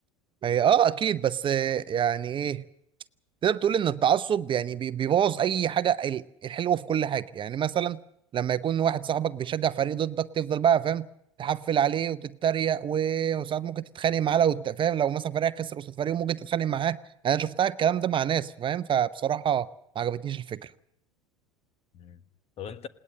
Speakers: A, on the right; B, on the left.
A: هي اه اكيد بس يعني ايه تقدر تقول ان التعصب يعني بي- بيبوظ اي حاجه ال- الحلوه في كل حاجه يعني مثلا لما يكون واحد صاحبك بيشجع فريق ضدك تفضل بقى فاهم تحفل عليه وتتريق و- وساعات ممكن تتخانق معاه لو انت فاهم لو مثلا فريقك خسر قصاد فريق ممكن تتخانق معاه يعني انا شفتها الكلام ده مع ناس فاهم فبصراحه ما عجبتنيش الفكره
B: مم. طب انت